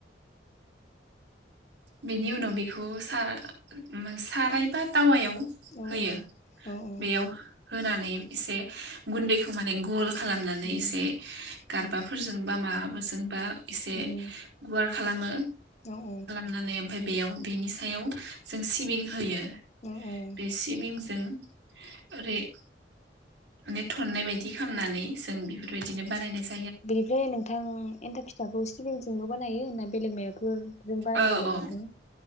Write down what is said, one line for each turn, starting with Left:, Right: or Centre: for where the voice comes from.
Right: बेनि उनाव बेखौ सा सारायबा टावायाव
Left: औ
Right: होयो
Left: औ औ
Right: बेयाव होनानै एसे गुन्दैखौ माने गल खालामनानै
Left: उम
Right: एसे गारबाफोरजोंबा माबाजोंबा एसे
Left: उम
Right: गुवार खालामो।
Left: औ औ
Right: नानै ओमफाय बेयाव बेनि सायाव जों सिबिं होयो।
Left: औ औ
Right: बे सिबिंजों ओरै माने थननाय बायदि खामनानै जों बेफोरबायदि दिनो बारायनाय
Left: बिनिफ्राय नोंथां एन्थाब फिथाखौ सिबिंजोंल बोनायो ना बेलेग मायाफोर जों बानायजाबावो
Right: औ औ
Left: नोंथां?